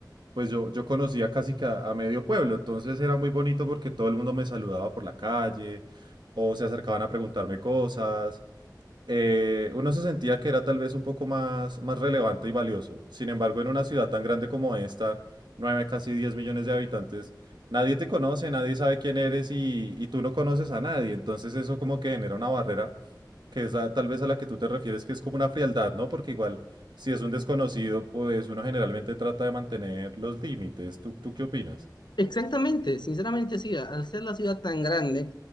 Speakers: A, on the right; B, on the left.
A: pues yo, yo conocía casi que a, a medio pueblo, entonces era muy bonito porque todo el mundo me saludaba por la calle o se acercaban a preguntarme cosas. eh, uno se sentía que era tal vez un poco más, más relevante y valioso. Sin embargo, en una ciudad tan grande como esta, nueve, casi 10 millones de habitantes, nadie te conoce, nadie sabe quién eres y, y tú no conoces a nadie. Entonces eso como que genera una barrera que es a- tal vez a la que tú te refieres, que es como una frialdad, ¿no? Porque igual, si es un desconocido, pues uno generalmente trata de mantener los límites. ¿Tú, tú qué opinas?
B: Exactamente, sinceramente sí, al ser la ciudad tan grande